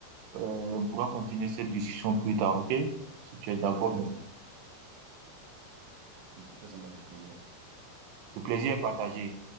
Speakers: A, on the right (about 85°); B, on the right (about 65°).
A: Euh, on pourra continuer cette discussion plus tard, ok? Si tu es d'accord,
B: Vas-y,
A: bien.
B: vas-y. En tout cas, ça m'a fait plaisir.
A: le plaisir est partagé.